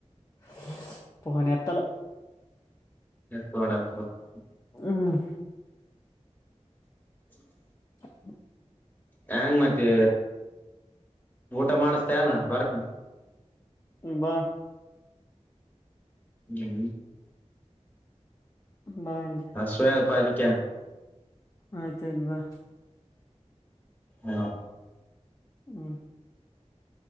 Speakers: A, on the left; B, on the left.
A: <unintelligible> ಪುಹಾನೆತ್ತಲ್ <unintelligible>
B: ಎವಾಡತ್ ಬ <unintelligible>
A: ಹ್ಮ <unintelligible>
B: ಹ್ಮ <unintelligible>
A: ಹ್ <unintelligible>
B: ಹೆಂಗ ಮತ್ತೆ ಊಟ ಮಾಡಸ್ತಾ ಅಲ್ಲ ಬರ್ತ್ನ
A: ಇ ಬಾ
B: ಜ
A: ಬಾ ಹಿಂಗೆ
B: ಹ ಸವಯ ಪಪಿಕ
A: ಆಯ್ತು ಇಲ್ಲಿ ಬಾ
B: ಹಾ
A: ಹ್ಮ್